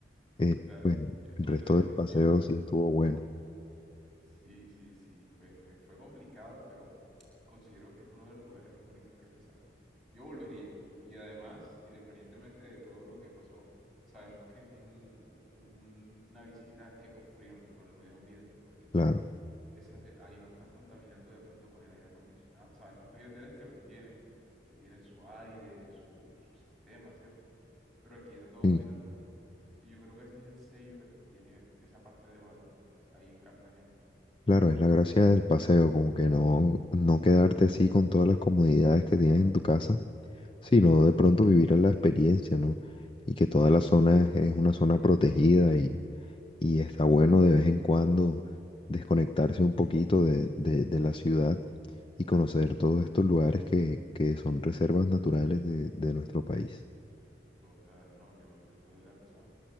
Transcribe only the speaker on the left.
eh,
pues,
el resto
del
paseo sí estuvo bueno,
claro.
Sí,
claro, es la gracia del paseo, como que no, no quedarte así con todas las comodidades que tienes en tu casa, sino de pronto vivir la experiencia, ¿no? Y que toda la zona es, es una zona protegida y, y está bueno de vez en cuando desconectarse un poquito de, de- de la ciudad y conocer todos estos lugares que, que son reservas naturales de, de nuestro país.